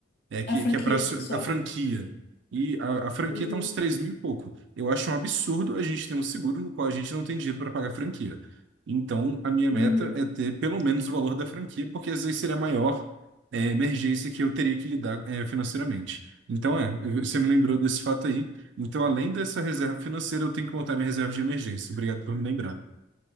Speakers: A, on the right; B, on the left.
A: É, que,
B: A franquia,
A: que é para
B: só.
A: a franquia. E a, a franquia
B: Uhum,
A: tá uns 3 mil e pouco. Eu acho um absurdo a gente ter um seguro no qual a gente não tem dinheiro para pagar a franquia. Então, a minha meta
B: uhum.
A: é ter pelo menos o valor da franquia, porque às vezes seria a maior, é, emergência que eu teria que lidar, é, financeiramente. Então, é, eu- você me lembrou desse fato aí. Então, além dessa reserva financeira, eu tenho que montar minha reserva de emergência. Obrigado por me lembrar.